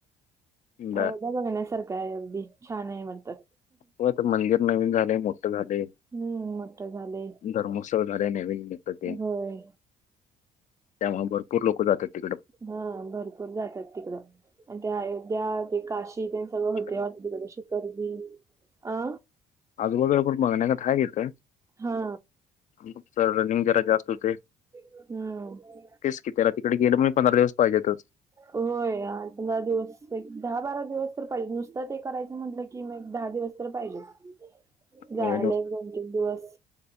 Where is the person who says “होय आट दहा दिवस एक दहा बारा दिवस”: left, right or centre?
Right